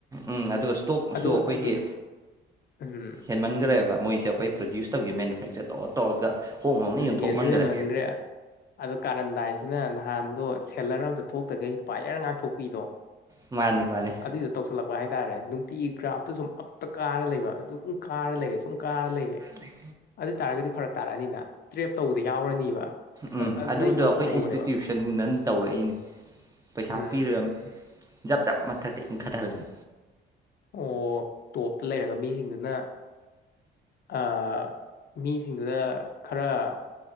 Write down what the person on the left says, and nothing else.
ꯑꯗꯨꯒ
ꯑꯗꯨ ꯎꯝ
ꯍꯦꯟꯁꯨ ꯍꯦꯟꯃꯟꯈ꯭ꯔꯦ ꯑꯗꯣ ꯀꯥꯔꯝꯗꯥꯏꯁꯤꯅ ꯅꯍꯥꯟꯗꯣ ꯁꯦꯂꯔ ꯑ ꯑꯃꯗ ꯊꯣꯛꯇ꯭ꯔꯒꯩ ꯄꯥꯏꯌꯔ ꯉꯥꯛ ꯇꯊꯣꯛꯄꯤꯗꯣ
ꯑꯗꯨꯏꯗꯣ ꯇꯧꯁꯜꯂꯛꯄ ꯍꯥꯏꯇꯥꯔꯦ ꯅꯨꯡꯇꯤꯒꯤ ꯒ꯭ꯔꯥꯐꯇꯨ ꯁꯨꯝ ꯑꯞꯇ ꯀꯥꯔ ꯂꯩꯕ ꯑꯗꯨ ꯁꯨꯝ ꯀꯥꯔ ꯂꯩꯔꯦ ꯁꯨꯝ ꯀꯥꯔ ꯂꯩꯔꯦ
ꯑꯗꯨ ꯑꯣꯏ ꯇꯥꯔꯒꯗꯤ ꯐꯔꯛ ꯇꯥꯔꯛꯑꯅꯤꯅ ꯇ꯭ꯔꯦꯞ ꯇꯧꯕꯗ ꯌꯥꯎꯔꯅꯤꯕ
ꯑꯗꯨꯅ
ꯑꯩ ꯌꯣꯟꯊꯣꯛꯍꯧꯕꯅꯦꯕ
ꯎꯝ
ꯑꯣ ꯇꯣꯞꯇ ꯂꯩꯔꯒ ꯃꯤꯁꯤꯡꯗꯨꯅ ꯑꯥ ꯃꯤꯁꯤꯡꯗꯨꯗ ꯈꯔ